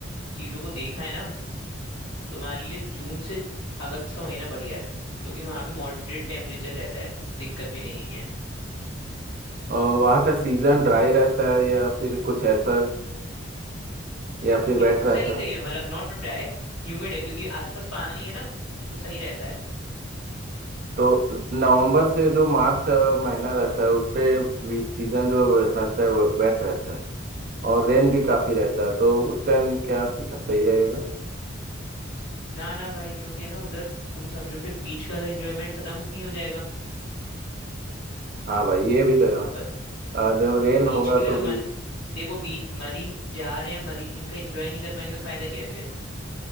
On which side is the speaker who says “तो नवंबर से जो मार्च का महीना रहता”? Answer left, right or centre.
Right